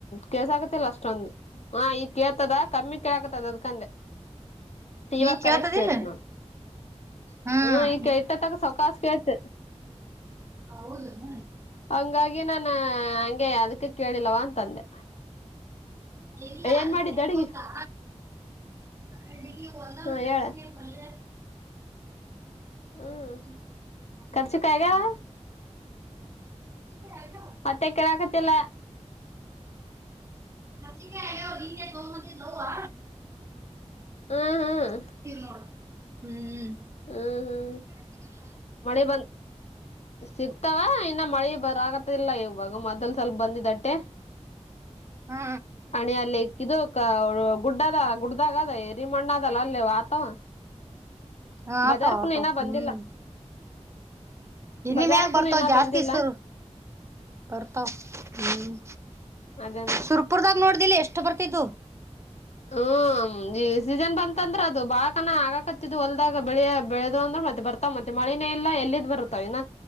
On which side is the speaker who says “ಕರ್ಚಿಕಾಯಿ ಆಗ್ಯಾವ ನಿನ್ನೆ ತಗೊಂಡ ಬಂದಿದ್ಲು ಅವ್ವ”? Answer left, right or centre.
Right